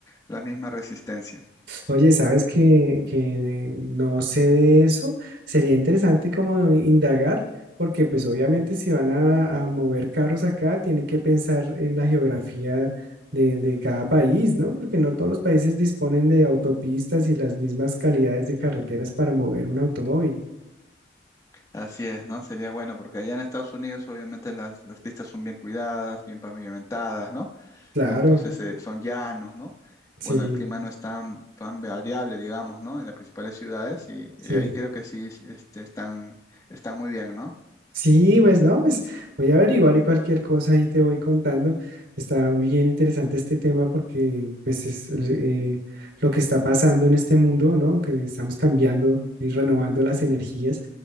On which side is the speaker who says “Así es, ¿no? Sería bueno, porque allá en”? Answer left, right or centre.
Left